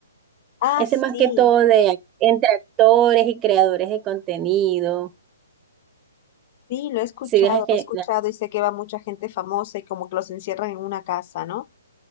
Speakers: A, on the left; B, on the right.
A: Ah,
B: Ese
A: sí,
B: más que todo de entre actores y creadores de contenido.
A: sí, lo he escuchado,
B: Si ves
A: lo
B: que
A: he escuchado y sé que va mucha gente famosa y como que los encierran en una casa, ¿no?